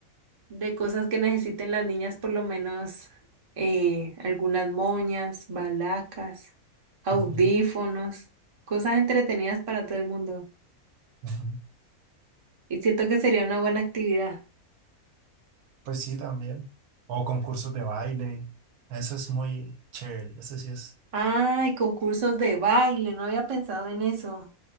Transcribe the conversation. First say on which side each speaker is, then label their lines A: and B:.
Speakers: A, on the right; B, on the right.
A: de cosas que necesiten las niñas, por lo menos eh, algunas moñas, balacas, audífonos,
B: Ujú,
A: cosas entretenidas para todo el mundo.
B: ujú.
A: Y siento que sería una buena actividad.
B: Pues sí, también. O concursos de baile. Eso es muy chévere. Eso sí es.
A: Ay, concursos de baile, no había pensado en eso.